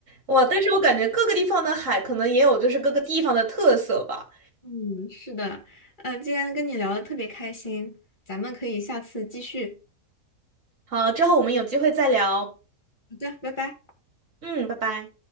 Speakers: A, on the right; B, on the left.
A: 哇！但是我感觉各个地方的海可能也有就是各个地方的特色吧。
B: 嗯，是的，呃，今天跟你聊的特别开心，咱们可以下次继续。
A: 好，之后我们有机会再聊。
B: 好的，拜拜。
A: 嗯，拜拜。